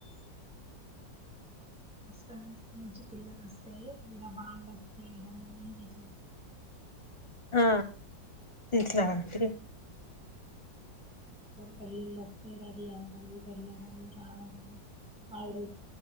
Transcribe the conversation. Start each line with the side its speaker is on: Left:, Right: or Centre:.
Centre: మ నుంచి పిల్లలు వస్తే ఇలా వాళ చేయడం ఇవి చే
Left: ఆ ఇట్లా అంటే
Centre: పెళ్ళ వస్తే రెడీ అవడము వెళ్లడము రావడము హాలిడేస్